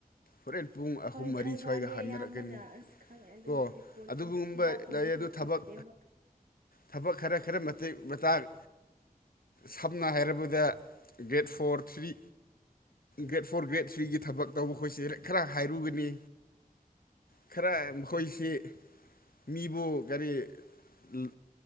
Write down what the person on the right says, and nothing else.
ꯍꯣꯏ
ꯊꯧꯁꯥꯗꯤ
ꯑꯌꯥꯝꯕꯅ ꯑꯁ ꯈꯪꯉꯦ ꯑꯗꯨꯕꯨꯗꯤ
ꯄꯣꯠꯇꯣ
ꯍꯤꯗꯥꯛꯀꯨꯝꯕꯁꯨ
ꯊꯛꯇꯦꯕ꯫